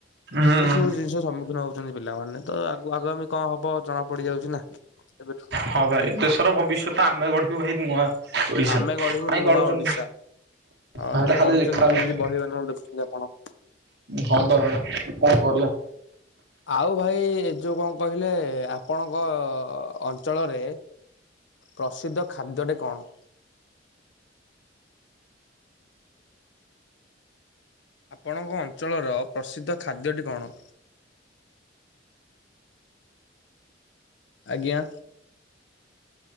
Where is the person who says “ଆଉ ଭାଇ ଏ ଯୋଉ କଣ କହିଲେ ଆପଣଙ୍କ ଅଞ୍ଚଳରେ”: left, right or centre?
Left